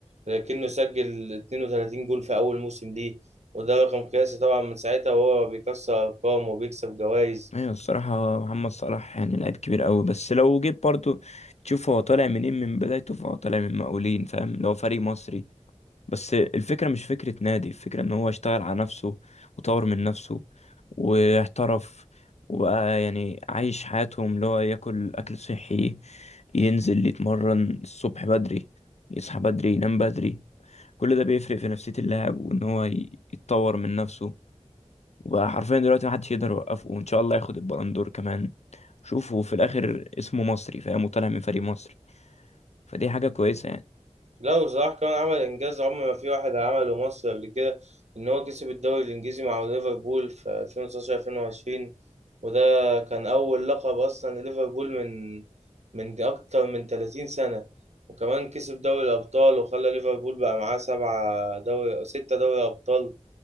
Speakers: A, on the right; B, on the left.
A: لكنه سجل 32 جول في اول موسم ليه وده رقم قياسي طبعا من ساعتها وهو بيكسر ارقام وبيكسب جوائز
B: ايوه الصراحة محمد صلاح يعني لعيب كبير قوي بس لو جيت برضو تشوف هو طالع منين من بدايته فهو طالع من مقاولين فاهم لو فريق مصري بس الفكرة مش فكرة نادي الفكرة ان هو اشتغل على نفسه وطور من نفسه واحترف وبقى يعني عايش حياتهم اللي هو ياكل اكل صحي ينزل يتمرن الصبح بدري يصحى بدري ينام بدري كل ده بيفرق في نفسية اللاعب وان هو ي- يتطور من نفسه وبقى حرفيا دلوقتي محدش يقدر يوقفه وان شاء الله ياخد البلندور كمان شوفوا في الاخر اسمه مصري فاهم وطالع من فريق مصري فدي حاجة كويسة يعني
A: لا وصلاح كان عمل انجاز عمر ما في واحد عمله مصر قبل كده ان هو كسب الدوري الانجليزي مع ليفربول في 2019 2020 وده كان اول لقب اصلا لليفربول من من اكتر من 30 سنة وكمان كسب دوري الابطال وخلى ليفربول بقى معاه سبعة دوري ستة دوري ابطال